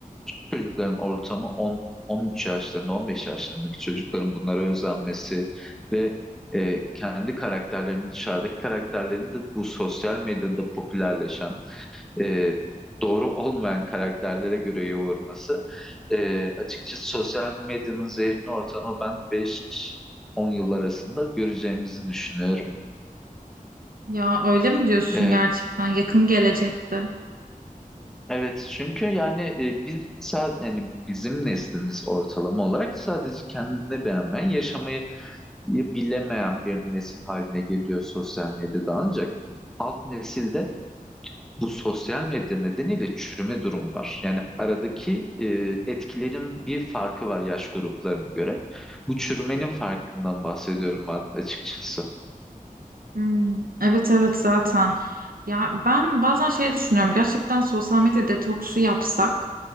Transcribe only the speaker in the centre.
küçük çocukların ortamı 10, 13 yaşlarında, 15 yaşlarındaki çocukların bunlara özenmesi ve e, kendi karakterlerini, dışarıdaki karakterlerini de bu sosyal medyada popülerleşen, e, doğru olmayan karakterlere göre yoğurması. E, açıkçası sosyal medyanın zehirli ortamı ben 5-10 yıl arasında göreceğimizi düşünüyorum.
E,
Evet çünkü yani e, biz sadece yani bizim neslimiz ortalama olarak sadece kendini beğenmeyen, yaşamayı bilemeyen bir nesil haline geliyor sosyal medyada ancak alt nesilde bu sosyal medya nedeniyle çürüme durumu var. Yani aradaki e, etkilerin bir farkı var yaş gruplarına göre. Bu çürümenin farkından bahsediyorum ben açıkçası.